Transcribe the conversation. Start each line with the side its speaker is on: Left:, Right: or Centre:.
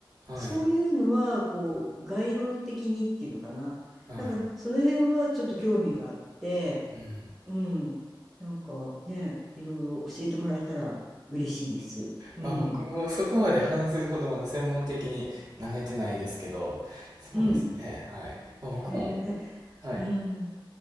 Right: あ、はい。
Centre: そういうのは、こう、概論的にっていうのかな。
Right: はい。
Centre: なんか、その辺はちょっと興味があって、
Right: うん。
Centre: うん。なんかね、いろいろ教えてもらえたら嬉しいです。うん。
Right: まあ僕もそこまで話せるほどまだ専門的に慣れてないですけど、そうですね。
Centre: うん。
Right: はい。まあ僕も、
Centre: ね、ね、
Right: はい。
Centre: うん。